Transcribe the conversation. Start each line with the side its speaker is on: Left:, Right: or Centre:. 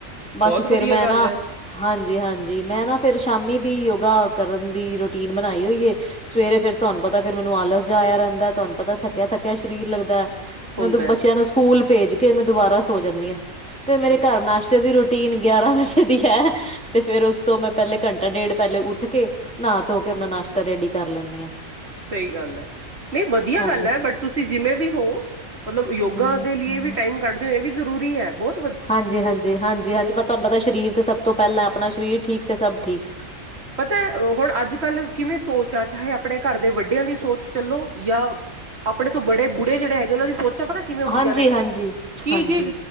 Centre: ਬਸ
Right: ਬਹੁਤ
Centre: ਫੇਰ
Right: ਵਧੀਆ
Centre: ਮੈਂ
Right: ਗੱਲ
Centre: ਨਾ
Right: ਹੈ
Centre: ਹਾਂਜੀ-ਹਾਂਜੀ ਮੈਂ ਨਾ ਫੇਰ ਸ਼ਾਮੀ ਦੀ ਯੋਗਾ ਕਰਨ ਦੀ ਰੂਟੀਨ ਬਨਾਈ ਹੋਈ ਏ। ਸਵੇਰੇ ਫਿਰ ਤੁਹਾਨੂੰ ਪਤਾ ਫਿਰ ਮੈਨੂੰ ਆਲਸ ਜਾਇਆ ਰਹਿੰਦਾ ਹੈ ਤੁਹਾਨੂੰ ਪਤਾ ਥੱਕਿਆ ਥੱਕਿਆ ਸਰੀਰ ਲੱਗਦਾ ਹੈ।
Right: ਹੁੰਦਾ
Centre: ਮੈਂ ਤਾਂ ਬੱਚਿਆਂ
Right: ਹੈ
Centre: ਨੂੰ ਸਕੂਲ ਭੇਜ ਕੇ ਮੈਂ ਦੁਬਾਰਾ ਸੋ ਜਾਂਦੀ ਆਂ ਤੇ ਮੇਰੇ
Right: ਨਹੀਂ
Centre: ਘਰ ਨਾਸ਼ਤੇ ਦੀ ਰੋਟੀ ਰੁਟੀਨ ਗਿਆਰਾਂ ਵਜੇ ਦੀ ਹੈ ਤੇ ਫੇਰ ਓਸ ਤੋਂ ਮੈਂ ਪਹਿਲੇ ਘੰਟਾ ਡੇਢ ਪਹਿਲੇ ਉੱਠ ਕੇ ਨਹਾ ਧੋ ਕੇ ਅਪਨਾ ਨਾਸ਼ਤਾ ਰੇਡੀ ਕਰ ਲੈਂਨੀ ਆਂ।
Right: ਸਈ ਗੱਲ ਐ। ਨਈ ਵਧੀਆ
Centre: ਹਾਂਜੀ
Right: ਗੱਲ ਐ ਬਟ ਤੁਸੀਂ ਜਿਵੇਂ ਵੀ ਹੋ ਮਤਲਬ ਯੋਗਾ
Centre: ਹਮ
Right: ਦੇ ਲਿਏ ਵੀ
Centre: ਹਮ
Right: ਟਾਈਮ ਕੱਢ ਇਹ ਵੀ ਜ਼ਰੂਰੀ ਹੈ ਬੋਤ
Centre: ਹਾਂਜੀ, ਹਾਂਜੀ, ਹਾਂਜੀ, ਹਾਂਜੀ ਬਸ ਤੁਹਾਨੂੰ ਪਤਾ ਸਰੀਰ ਤੇ ਸਭ ਤੋਂ ਪਹਿਲਾਂ ਅਪਨਾ ਸਰੀਰ ਠੀਕ ਤੇ ਸਭ ਠੀਕ।
Right: ਪਤਾ ਹੁਣ ਅੱਜ ਕੱਲ ਕਿਵੇਂ ਸੋਚ ਆ ਚਾਹੇ ਆਪਣੇ ਘਰ ਦੇ ਵੱਡਿਆਂ ਦੀ ਸੋਚ ਚੱਲੋ ਜਾਂ ਆਪਣੇ ਤੋਂ ਬੜੇ ਬੁਢੇ ਜੇੜੇ ਹੈਗੇ ਓਨਾਂ ਦੀ ਸੋਚਾਂ ਪਤਾ ਕਿਵੇਂ ਹੁੰਦੀਆਂ
Centre: ਹਾਂਜੀ
Right: ਨੇ
Centre: ਹਾਂਜੀ
Right: ਕੀ
Centre: ਹਾਂਜੀ
Right: ਜੀ ਲੇਡੀਜ਼